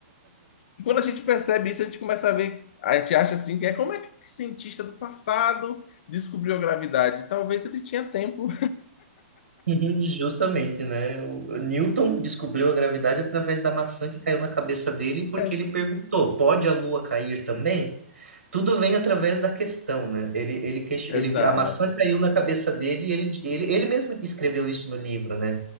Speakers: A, on the left; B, on the right.
A: E quando a gente percebe isso, a gente começa a ver, a gente acha assim, que é como é que o cientista do passado descobriu a gravidade? Talvez ele tinha tempo.
B: <laughs> Uhum, Justamente, né? O o Newton descobriu a gravidade através da maçã que caiu na cabeça dele, porque
A: <laughs> Ex-
B: ele perguntou: pode a Lua cair também? Tudo vem através da questão, né? Ele, ele, ques-
A: Exato.
B: ele, a maçã caiu na cabeça dele e ele, ele, ele mesmo escreveu isso no livro, né?